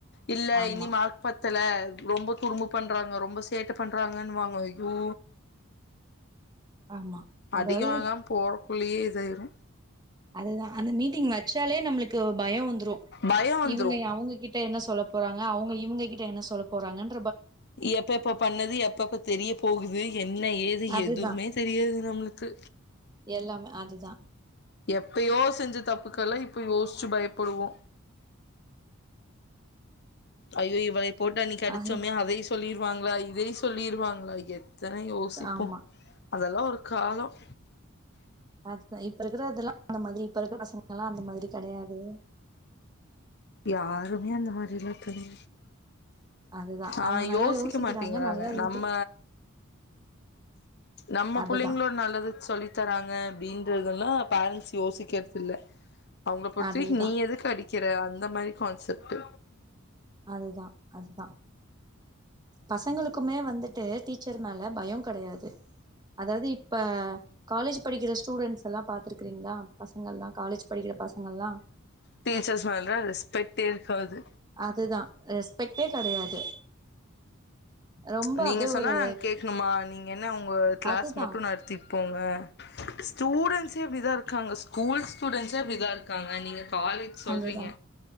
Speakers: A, on the left; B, on the right.
A: இல்ல
B: ஆமா
A: இனி மார்க் பத்தல ரொம்ப துரும்பு பண்றாங்க ரொம்ப சேட்ட பண்றா றாங்கன்னுவாங்க அய்யோ
B: ஆமா அதாவது
A: அடிக வாங்காம போ குளியே இதாயிரும்
B: அதுதான் அந்த மீட் மீட்டிங் வச்சாலே நம்பளுக்கு பயம் வந்துரும்
A: பயோ வந்துரு
B: இவங்க அவுங்ககிட்ட என்ன சொல்ல போறாங்க அவுங்க இவுங்க கிட்ட என்ன சொல்ல போறாங்கன்
A: எப்ப எப்ப பண்ணது எப்பப்ப தெரிய போகுது என்ன ஏது
B: அதுதா
A: எதுமே தெரியாது நம்மளுக்கு
B: எல்லாமே அதுதா
A: எப்பயோ செஞ்சது தப்புக்கெல்லாம் இப்ப யோசிச்சு பயப்படுவோம் ஐயோ இவளைய போட்டு அன்னிக்கு அடுச்சோமே
B: அஹ்
A: அதையு சொல்லிரு வாங்ளா இதையு சொல்லிருவாங்ளா எத் எத்தன யோசிப்போம்
B: ஆமா
A: அதெல்லாம் ஒரு காலம்
B: அது இப்ப இருக்கறதெல்லா <inaudible> மாரி இப்ப இருக்கற பசங்கல்லா அந்த மாரி கடையாது
A: யாருமே அந்த மாரில்லா திங்
B: அதுதா
A: ஆ
B: அவங்க நல்லா
A: யோசிக்க
B: யோசிக்கிறாங்க
A: மாட்டீங்கிறாங்க
B: நல்லா
A: நம்ம
B: இது
A: நம்ம
B: அதுதா
A: புள்ளைங்ளோட நல்லது சொல்லி தராங் க அப்டின்றதல்லா பேரண்ட்ஸ் யோசிக்றது இல்ல அவங்க பொறுத்த
B: அதேதா
A: வரைக்கு நீ எதுக்கு அடி க்கிற அந்த மாரி கான்செப்ட்டு
B: அதுதா அதுதா பசங்களுக்குமே வந்து ட்டு டீச்சர் மேல பயோ கடையாது அதாவது இப் ப்ப காலேஜ் படிக்ற ஸ்டூடெண்ட்ஸ் எல்லா பாத்துருக்கிங்களா பசங்கல்லா காலேஜ் படிக்ற பசங்கல்லா
A: டீச்சர் சொல்ற ரெஸ்பெக்டேயிருக்காது
B: அதுதா ரெஸ்பெக்டே கெடையாது ரொம்ப
A: ச்சு நீங்க
B: அப்டியே
A: சொன்னா
B: ஒரு
A: நாங்க கேக்ணுமா நீங்க என்ன உங்க கிளாஸ்
B: அதுதா
A: மட்டோ நடத்தி போங்க ஸ்டூடன்சே அப்டிதா இருக்காங்க ஸ்கூல் ஸ்டூடன்சே அப்டிதா இருக்காங்க நீங்க காலேஜ் சொல்றீங்க
B: அதுதா